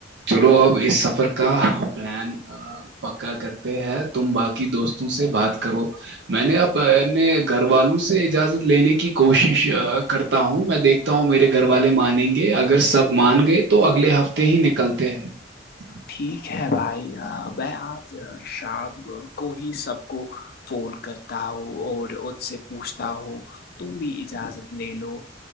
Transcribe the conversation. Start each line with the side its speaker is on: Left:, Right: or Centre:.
Right: چلو اب اس سفر کا پلان پکا کرتے ہیں تم باقی دوستوں سے بات کرو میں نے اپنے گھر والوں سے اجازت لینے کی کوشش کرتا ہوں میں دیکھتا ہوں میرے گھر والے مانیں گے اگر سب مان گئے تو اگلے ہفتے ہی نکلتے ہیں ج <inaudible>
Left: ٹھیک ہے بھائی میں آج شام کو ہی سب کو فون کرتا ہو اور اس سے پوچھتا ہو تم بھی اجازت لے لو